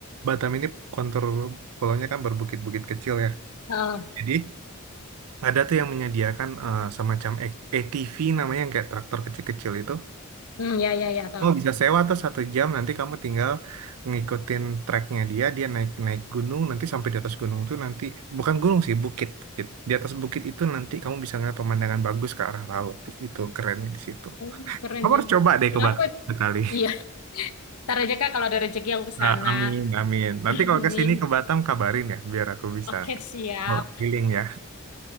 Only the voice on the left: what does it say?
heeh.
Hmm, ya, ya, ya, tahu.
Oh, keren
ya.
Kenapa?
Iya, ntar aja Kak kalau ada rezeki aku ke
sana.
<laughs>
Amin.
Oke, siap.